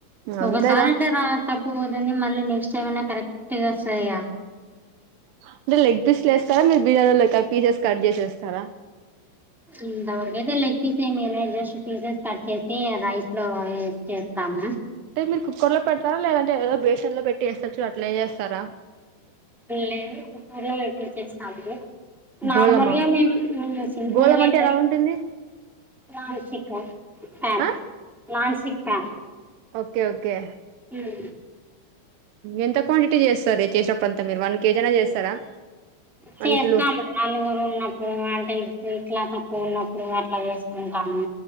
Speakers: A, on the right; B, in the centre.
A: అంతేగా
B: ఒకసారి అయితే రా తప్పుపోద్దని మళ్ళీ నెక్స్ట్ టైమ్ అయినా కరెక్ట్గా ఓస్తాదిగా
A: అంటే లెగ్ పీస్లు వేస్తారా మీరు బిర్యానీలో పీసెస్ కట్ చేసి ఏస్తారా
B: ఇంతవరకైతే లెగ్ పీసేమెయలే జస్ట్ పీసెస్ కట్ చేసి రైస్ లో ఏసీ చేస్తాము
A: టే మీరు కుక్కర్ లో పెడతారా లేదంటే ఏదో బేషన్ లో పెట్టి వేస్తారు చూడ్ అట్లా ఏసేస్తారా
B: లేదు కుక్కర్లో పెట్టే చేస్తాము నార్మల్గా
A: గోళమా
B: మేము <inaudible> సింపుల్గా
A: గోళం
B: అయిదని
A: అంటే ఎలా ఉంటుంది
B: నాన్ స్టిక్ ప్యాన్ ప్యాన్
A: ఆ
B: non stick pan
A: okay okay
B: హ్మ్
A: ఎంత క్వాంటిటీ చేస్తారు చేసినప్పుడంతా మీరు వన్ కేజీ అయిన చేస్తారా
B: చేస్తాము
A: వన్ కిలో
B: నలుగురు ఉన్నప్పుడు వంట ఇద్ ఇట్లాతే ఉన్నప్పుడు అట్లా చేసుకుంటాము